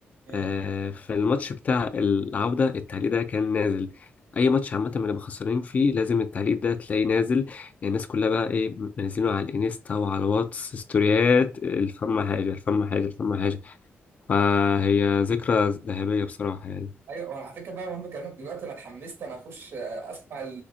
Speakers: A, on the right (about 80°); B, on the left (about 35°).
A: مم.
B: آه، في الماتش بتاع العوده التعليق ده كان نازل اي ماتش عامه بنبقى خسرانين فيه لازم التعليق ده تلاقيه نازل الناس كلها بقى ايه منزلينه على الانستا وعلى الواتس ستوريات الفم حاجه الفم حاجه الفم حاجه فهي ذكرى ذهبية بصراحة يعني
A: ايوه وانا على فكره بقى وانا بكلمك دلوقتي انا اتحمست انا اخش اسمع